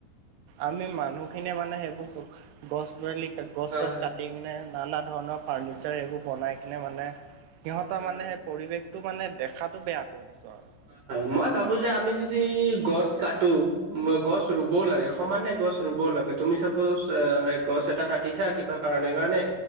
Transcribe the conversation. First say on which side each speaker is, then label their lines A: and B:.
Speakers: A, on the right; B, on the right.
A: আমি মানুহখিনিয়ে মানে সেই গছ মালি গছ
B: হয়
A: চছ
B: হয়
A: কাটি কিনে? নানা ধৰণৰ ফাৰ্ণিচাৰ এইবোৰ বনাই কিনে মানে সিহঁতৰ
B: হয়
A: মানে
B: হয়
A: সেই পৰিৱেশ, দেখাটো মানে দেখাতটো বেয়া কৰি দিছো আৰু।
B: হয় মই ভাবো যে, আমি যদি গছ কাটো বা গছ ৰুবও লাগে। সমানে গছ ৰুব লাগে। তুমি চাপোজ গছ এটা কাটিছা কিবা কাৰণে-কাৰণে,